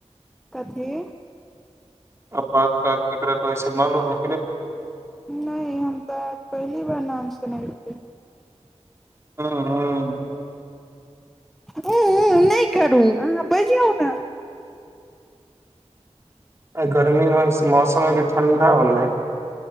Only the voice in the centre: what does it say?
कथी
नहि हम तऽ पहिली बार नाम सुनै छी
हुँ हुँ नहि करू अहाँ बजीयौ न